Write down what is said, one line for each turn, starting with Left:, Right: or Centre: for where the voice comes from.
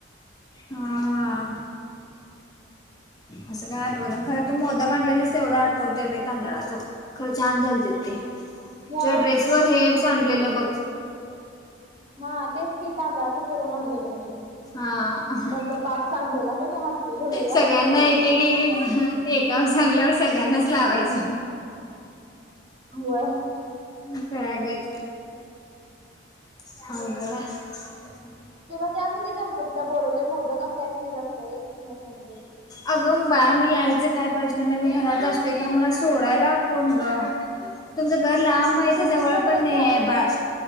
Left: हां. असं काय आठवना खर तू मोदक आणलेलं तेवढं आठवते बाई, तांदळाचं. खर छान झालते
Right: हम्म.
Left: ते, तुझ्या
Right: ह्यावेळी
Left: ड्रेस वर हे सांडलेलं बघ.
Right: हां तेच की तांदळाच करून आणलेलो मी.
Left: हां हं
Right: त्यातला पाक सांडलेला का नाही हसलेलो लई
Left: सगळ्यांना
Right: आपण त्याच्यावर
Left: एक एक एक एक. का सांगल्यावर, सगळ्यांनाच लावायचा.
Right: होय
Left: खयागत. <unintelligible>
Right: तुला त्यासाठी गणपतीला बोलवतोय, मोदक असत्या खीर असते, येतच नही सांगतो.
Left: अगंं बाळ मी यायचं काय प्रश्न नही, मी घरात असते, खर मला सोडायला कोण ग तुमचं घर लांब हाय, इथ
Right: भक्तीच्या
Left: जवळ
Right: इकडं
Left: पण नाही
Right: जात्यास
Left: ये बाळ,